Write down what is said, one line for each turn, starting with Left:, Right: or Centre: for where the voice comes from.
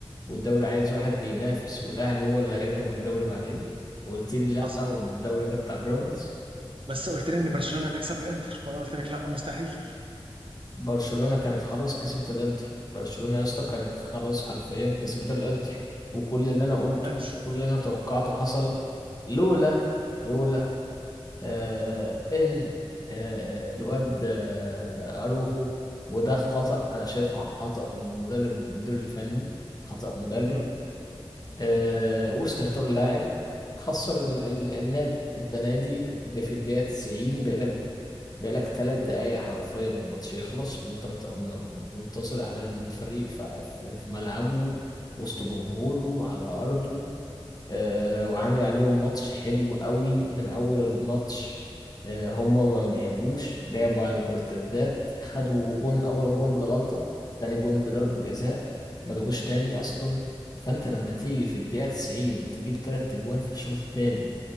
Left: والدوري عايز واحد بينافس والاهلي هو اللي هيركب الدوري بعدين وقلت لي لا
Right: حصل
Left: والدوري ده بتاع بيراميدز
Right: بس قلت لي ان برشلونه هتكسب الانتر وانا قلت لك لا مستحيل
Left: برشلونة كانت خلاص كسبت الانتر برشلونة يا اسطى كانت خلاص حرفيا كسبت الانتر وكل اللي انا قلته
Right: مفيهاش
Left: كل اللي انا توقعته حصل لولا لولا آه ان آه الواد آه اروخو وده خطأ انا شايفه خطأ من المدرب المدير الفني خطأ مدرب
Right: مم.
Left: آه، وسط اهتار اللاعب خسر ال ال النادي انت نادي ب- في الدقيقة 90 بقالك بقالك ثلاث دقايق حرفيا الماتش يخلص وانت مت- م- منتصر على الفريق في في- في ملعبه وسط جمهوره على أرضه آه، وعامل عليهم ماتش حلو قوي من اول الماتش آه، هما ما لعبوش لعبوا على المرتدات خدوا جون اول جون بالغلطة تاني جون بضربة جزاء ما جابوش تاني اصلا فانت لما تيجي في الدقيقة 90 تجيب تلات اجوان في الشوط التاني